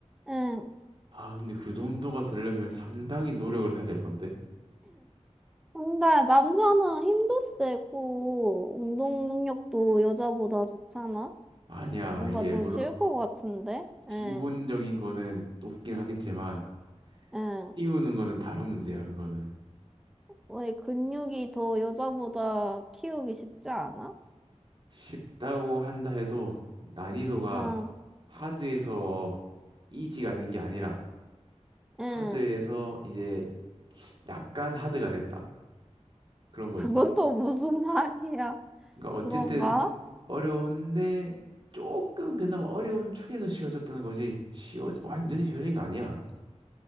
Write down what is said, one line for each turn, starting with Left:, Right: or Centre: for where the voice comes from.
Centre: 응.
Right: 아 근데 그 정도가 되려면 상당히 노력을 해야 될 건데.
Centre: 근데 남자는 힘도 세고 운동 능력도 여자보다 좋잖아?
Right: 아니야.
Centre: 뭔가
Right: 이게
Centre: 더
Right: 물론
Centre: 쉬울 것 같은데? 응.
Right: 기본적인 거는 높긴 하겠지만
Centre: 응.
Right: 띄우는 거는 다른 문제야, 그거는.
Centre: 왜 근육이 더 여자보다 키우기 쉽지 않아?
Right: 쉽다고 한다 해도 난이도가
Centre: 응,
Right: 하드에서 이지가 된 게 아니라
Centre: 응.
Right: 하드에서 이제 약간 하드가 됐다. 그런 거지.
Centre: 그건 또 무슨 <laughs> 말이야?
Right: 그러니까
Centre: 그런가?
Right: 어쨌든 어려운데 조금 그나마 어려운 축에서 쉬워졌다는 거지. 쉬워 완전히 쉬워진 거 아니야.